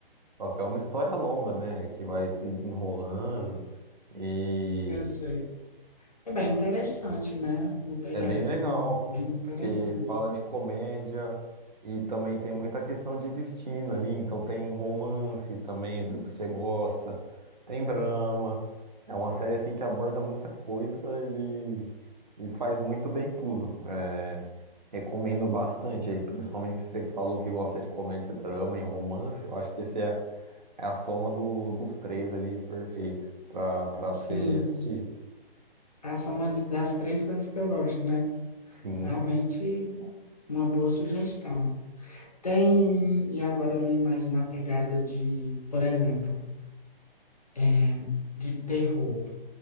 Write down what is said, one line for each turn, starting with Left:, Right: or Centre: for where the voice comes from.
Right: Só que é uma história longa, né, que vai se desenrolando e
Left: Eu sei. É bem interessante, né? Uma pegada
Right: É bem
Left: assim,
Right: legal,
Left: bem interessante.
Right: porque fala de comédia e também tem muita questão de destino ali, então tem romance também do que você gosta, tem drama. É uma série assim que aborda muita coisa e, e faz muito bem tudo. É, recomendo bastante aí, principalmente se você que falou que gosta de comédia, drama e romance, eu acho que esse é, é a soma do- dos três ali perfeito para para você
Left: Sim,
Right: assistir.
Left: a soma de- das três coisas que eu gosto, né?
Right: Sim.
Left: Realmente, uma boa sugestão. Tem, e agora ali mais na pegada de, por exemplo, é, de terror.